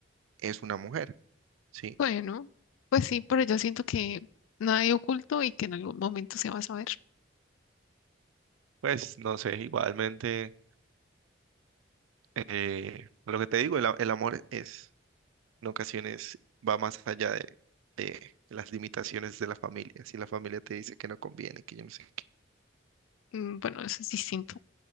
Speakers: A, on the right; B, on the left.
A: es una mujer, sí.
B: Bueno, pues sí, pero yo siento que nada hay oculto y que en algún momento se va a saber.
A: Pues no sé, igualmente, eh, lo que te digo, el, a- el amor es, en ocasiones va más allá de, de las limitaciones de la familia. Si la familia te dice que no conviene, que yo no sé qué.
B: Mm, Bueno, eso es distinto.